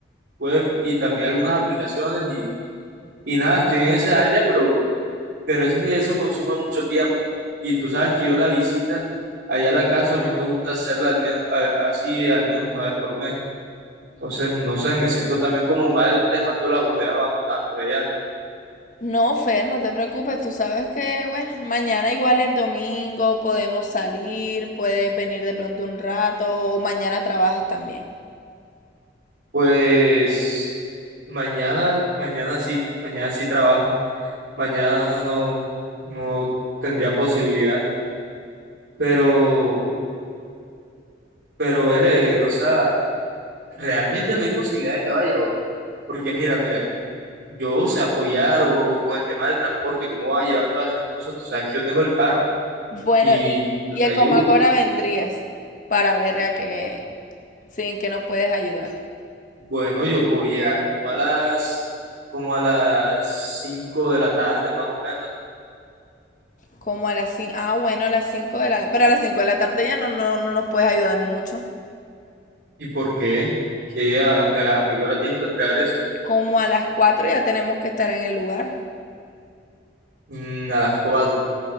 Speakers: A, on the right; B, on the left.
A: web y también algunas aplicaciones y, y nada, estoy en esa área, pero, pero es que eso consume mucho tiempo. Y tú sabes que yo la visita allá a la casa, a mí me gusta hacerla al menos, a- así al menos una vez por mes. Entonces, no sé, me siento también como mal dejándolas a ustedes abandonadas por allá.
B: No, Fer, no te preocupes, tú sabes que, bueno, mañana igual es domingo, podemos salir, puedes venir de pronto un rato, o mañana trabajas también.
A: Pues mañana, mañana sí, mañana sí trabajo. mañana no, no tendría posibilidad, pero, pero veré, o sea, realmente no hay posibilidad de que vaya hoy, porque mira, mira, yo sé apoyar o, o con el tema del transporte, cómo vas a llevar todas esas cosas, tú sabes que yo tengo el carro
B: Bueno,
A: y
B: y,
A: yo
B: y
A: te
B: a
A: ayudo.
B: Comacora vendrías para ver a qué, sí, en qué nos puedes ayudar.
A: Bueno, yo puedo llegar como a las, como a las 5 de la tarde más o menos.
B: Como a las 5, Ah, bueno, a las 5 de la. Pero a las 5 de la tarde ya no, no, no nos puedes ayudar mucho.
A: ¿Y por qué? ¿Qué a- hasta, hasta qué hora tienen para entregar eso?
B: Como a las cuatro ya tenemos que estar en el lugar.
A: Mm, a las cuatro